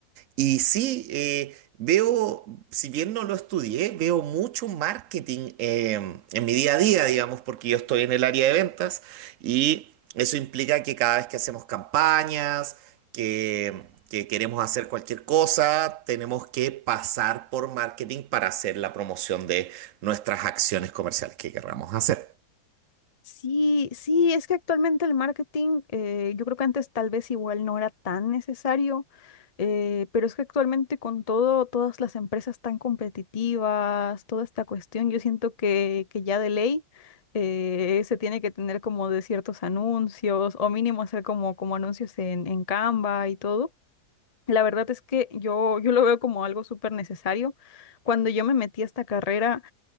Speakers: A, on the right (about 65°); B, on the left (about 35°).
A: Y sí, eh, veo, si bien no lo estudié, veo mucho marketing eh, en mi día a día, digamos, porque yo estoy en el área de ventas y eso implica que cada vez que hacemos campañas, que, que queremos hacer cualquier cosa, tenemos que pasar por marketing para hacer la promoción de nuestras acciones comerciales que queramos hacer.
B: Sí, sí, es que actualmente el marketing, eh, yo creo que antes tal vez igual no era tan necesario, eh, pero es que actualmente con todo, todas las empresas tan competitivas, toda esta cuestión, yo siento que, que ya de ley eh, se tiene que tener como de ciertos anuncios o mínimo hacer como, como anuncios en, en Canva y todo. La verdad es que yo, yo lo veo como algo súper necesario. Cuando yo me metí a esta carrera,